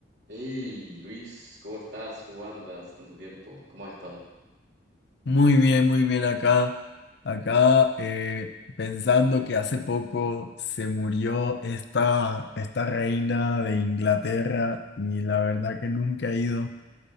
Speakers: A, on the right; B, on the left.
A: Hey Luis, ¿cómo estás? ¿Cómo andas? Tanto tiempo, ¿cómo has estado?
B: Muy bien, muy bien acá. Acá eh, pensando que hace poco se murió esta, esta reina de Inglaterra y la verdad que nunca he ido